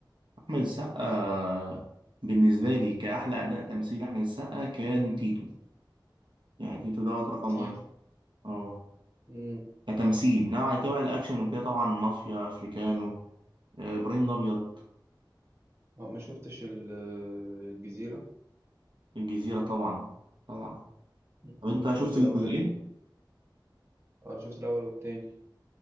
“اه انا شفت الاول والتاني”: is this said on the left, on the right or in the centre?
Right